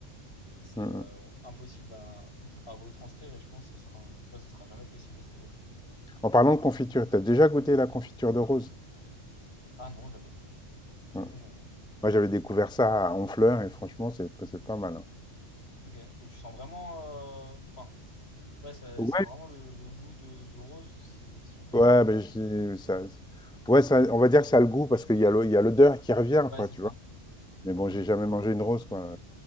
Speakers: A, on the left (about 55°); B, in the centre.
A: c'est
B: Mm, mm.
A: euh, impossible à, <laughs> à retranscrire et je pense que ce sera, ouais, ce sera jamais possible à ce niveau-là.
B: En parlant de confiture, t'as déjà goûté la confiture de rose?
A: Ah non, jamais. Jamais,
B: Ouais.
A: jamais.
B: Moi, j'avais découvert ça à Honfleur et franchement, c'est c'est pas mal. hein.
A: Ok. Et tu sens vraiment. euh, Enfin, ouais, ça,
B: Ouais,
A: ça a vraiment le, le goût de, de rose, si, si on peut
B: ouais,
A: dire.
B: ben, j'ai- ça, ouais, ça, on va dire que ça a le goût parce qu'il y a l'o- il y a l'odeur qui revient,
A: Ouais,
B: quoi,
A: c'est
B: tu
A: ça.
B: vois. Mais bon,
A: Ok.
B: j'ai jamais mangé une rose, quoi.